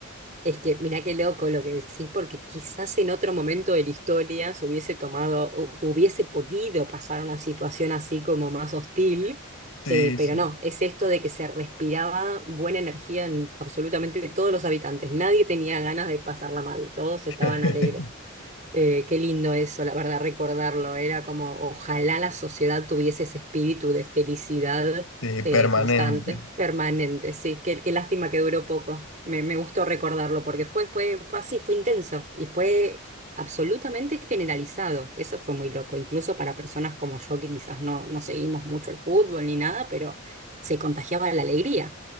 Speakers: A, on the right; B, on the left.
A: Es que mirá qué loco lo que decís, porque quizás en otro momento de la historia se hubiese tomado, hu- hubiese podido pasar una situación así como más hostil,
B: Sí,
A: eh, pero
B: sí.
A: no, es esto de que se respiraba buena energía en absolutamente todos los habitantes. Nadie tenía ganas de pasarla mal, todos estaban
B: <laughs>
A: alegres. Eh, qué lindo eso, la verdad, recordarlo. Era como, ojalá la sociedad tuviese ese espíritu de felicidad
B: Sí, permanente.
A: eh, constante, permanente. Sí, qué, qué lástima que duró poco. Me, me gustó recordarlo porque fue, fue, fue así, fue intenso y fue absolutamente generalizado. Eso fue muy loco, incluso para personas como yo que quizás no, no seguimos mucho el fútbol ni nada, pero se contagiaba la alegría.